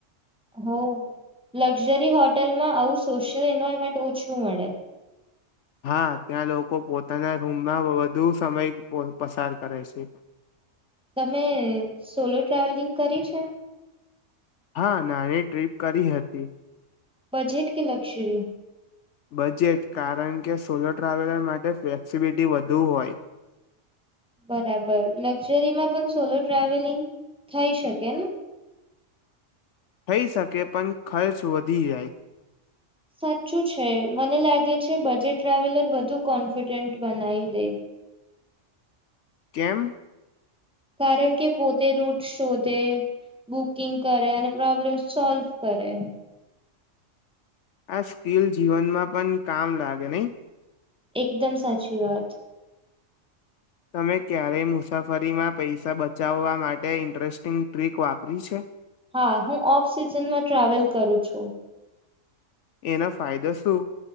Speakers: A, in the centre; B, on the left.
A: હો લક્ઝરી હોટેલમાં આવું સોશિયલ એન્વાયરમેન્ટ ઓછું મળે
B: હા ત્યાં લોકો પોતાના રૂમમાં વધુ સમય પસાર કરે છે.
A: તમે સોલો ટ્રાવેલિંગ કરી છે.
B: હા નાની ટ્રીપ કરી હતી.
A: બજેટ કે લગ્ઝરી
B: બજેટ કારણ કે સોલો ટ્રાવેલર માટે ફ્લેક્સિબિલિટી વધુ હોય.
A: બરાબર લક્ઝરીમાં પણ સોલો ટ્રાવેલિંગ થઈ શકે ને
B: થઈ શકે પણ ખર્ચ વધી જાય.
A: સાચું છે મને લાગે છે બજેટ ટ્રાવેલર વધુ કોન્ફિડન્ટ બનાવી દે
B: કેમ
A: કારણ કે પોતે રૂટ શોધે બુકિંગ કરે અને પ્રોબ્લેમ સોલ્વ કરે.
B: આ સ્કીિલ જીવનમાં પણ કામ લાગે નય
A: એકદમ સાચી વાત
B: તમે ક્યારેય મુસાફરીમાં પૈસા બચાવવા માટે ઈન્ટરેસ્ટિંગ ટ્રીક વાપરી છે.
A: હા હું ઓફ સિઝનમાં ટ્રાવેલ કરું છું.
B: એના ફાયદો શું